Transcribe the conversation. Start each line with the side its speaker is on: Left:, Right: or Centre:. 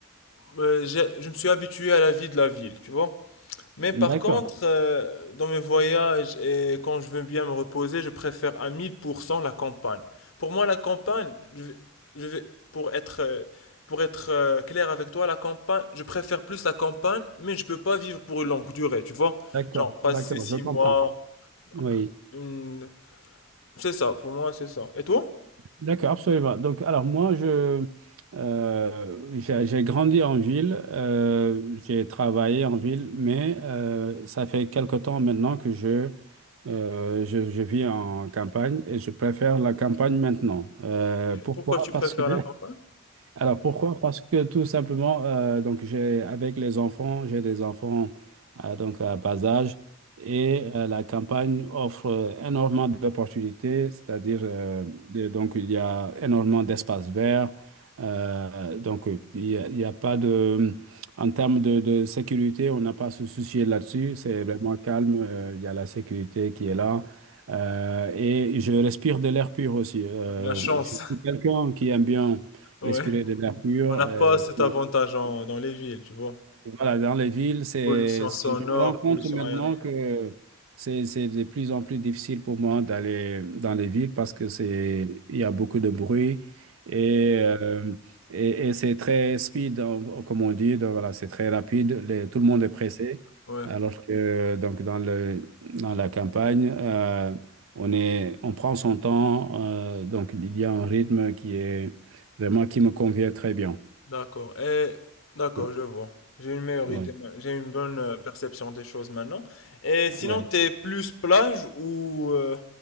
Left: euh, j'ai- je me suis habitué à la vie de la ville, tu vois? Mais par
Right: D'accord.
Left: contre, euh, dans mes voyages et quand je veux bien me reposer, je préfère à 1000% la campagne. Pour moi, la campagne, je vais, je vais- pour être, euh, pour être euh, clair avec toi, la campagne, je préfère plus la campagne, mais je peux pas vivre pour une longue durée, tu vois?
Right: D'accord.
Left: Genre passer
Right: D'accord.
Left: six
Right: Je comprends.
Left: mois,
Right: Oui.
Left: une- c'est ça, pour moi, c'est ça. Et toi?
Right: D'accord. Absolument. Donc, alors, moi, je, euh, j'ai, j'ai grandi en ville. euh, j'ai travaillé en ville, mais euh, ça fait quelque temps maintenant que je Euh, je, je vis en campagne et je préfère la campagne maintenant. Euh, pourquoi?
Left: Pourquoi tu préfères
Right: Parce que
Left: la campagne?
Right: alors pourquoi? Parce que tout simplement, euh, donc j'ai avec les enfants, j'ai des enfants euh, donc à bas âge et euh, la campagne offre euh, énormément d'opportunités, c'est-à-dire euh, de- donc il y a énormément d'espaces verts, euh, donc euh, il n'y a, il y a pas de, en termes de, de sécurité, on n'a pas à se soucier là-dessus, c'est vraiment calme, euh, il y a la sécurité qui est là. Euh, et je respire de l'air pur aussi. Euh,
Left: La chance,
Right: je suis
Left: <laughs>
Right: quelqu'un qui aime bien
Left: ouais.
Right: respirer de l'air pur.
Left: On n'a
Right: euh,
Left: pas cet
Right: qui-
Left: avantage en- dans les villes, tu vois.
Right: voilà, dans les villes, c'est,
Left: Pollution
Right: c'est-
Left: sonore,
Right: je me rends compte
Left: pollution
Right: maintenant
Left: aérienne,
Right: que c'est, c'est de plus en plus difficile pour moi d'aller dans les villes parce que c'est, il y a beaucoup de bruit et, euh, et, et c'est très speed, hein, comme on dit, donc voilà, c'est très rapide, les- tout le monde est pressé.
Left: ouais.
Right: Alors que donc dans le, dans la campagne, euh, on est, on prend son temps, euh, donc il y a un rythme qui est vraiment qui me convient très bien.
Left: D'accord. Et d'accord,
Right: Ouais,
Left: je vois. J'ai une meilleure
Right: ouais,
Left: idée, ma- j'ai une bonne euh, perception des choses maintenant. Et
Right: ouais,
Left: sinon, t'es plus plage ou euh,